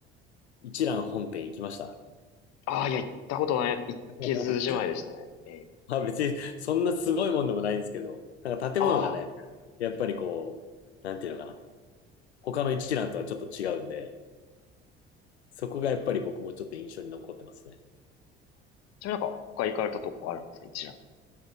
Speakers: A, on the left; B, on the left.
A: 一蘭本店行きました。
B: ああ、いや、行ったことない、行けずじまいでしたね。
A: <laughs>
B: ええ。
A: <laughs> まあ別にそんなすごいもんでもないんですけど、なんか建物がね、
B: あ
A: やっぱりこう、
B: あ、ええ
A: なんていうのかな、他の一覧とはちょっと違うんで、そこがやっぱり僕もちょっと印象に残ってますね。
B: ちなみになんか、他行かれたとこあるんですか一覧。